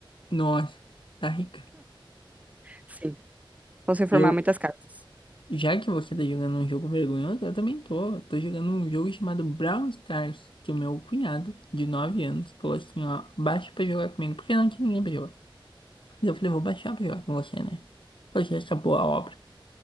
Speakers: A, on the left; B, on the right.
A: nossa, tá rica.
B: Sim, posso reformar
A: Eu,
B: muitas casas.
A: já que você tá jogando um jogo vergonhoso, eu também tô. Tô jogando um jogo chamado Brawl Stars, que o meu cunhado, de 9 anos, falou assim, ó, baixa pra jogar comigo, porque não tinha ninguém pra jogar. Eu falei, vou baixar pra jogar com você, né? Porque acabou a obra.